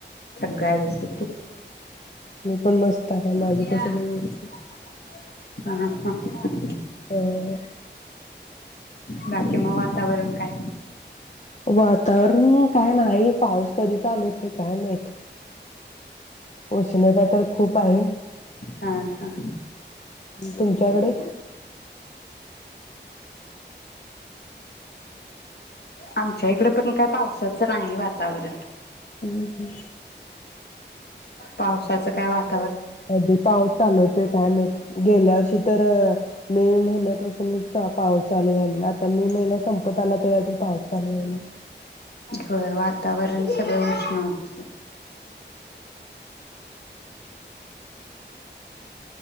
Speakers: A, on the left; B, on the left.
A: काय व्यस्त
B: मी पण मस्त आहे.
A: ह
B: माझं पण सगळं व्यवस्थित.
A: ह ह <inaudible>
B: हं.
A: बाकी मग वातावरण काय?
B: वातावरण काय नाही. पाऊस कधी चालू? काय माहीत? उष्णता तर खूप आहे,
A: हा हा
B: तुमच्याकडे?
A: आमच्या इकडे पण काही पावसाचं नाही वातावरण.
B: हं हं
A: पावसाच काय वाट
B: अधदी पाऊस चालवते कायमेत गेल्या वर्षी तर मे महिन्यापासूनच पाऊस चालू झालेला आता मे महिना संप तला तर अजून पाहत चालू
A: होय वातावरण सगळं उष्ण होत